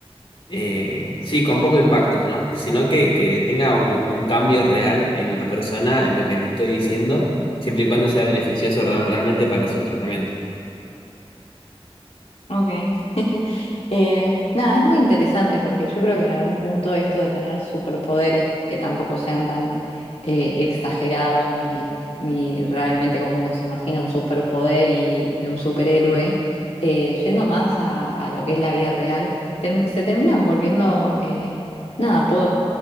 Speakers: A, on the left; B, on the left.
A: eh, sí, con poco impacto, ¿no? Sino que, que tenga un, un cambio real en la persona, en lo que le estoy diciendo, siempre y cuando sea beneficioso real- realmente para su tratamiento.
B: Ok. <laughs> Eh, nada, es muy interesante porque yo creo que en algún punto esto de tener superpoderes que tampoco sean tan eh, exagerados ni, ni realmente como uno se imagina un superpoder y, y un superhéroe, eh, yendo más a, a lo que es la vida real, term- se terminan volviendo, eh, nada, po-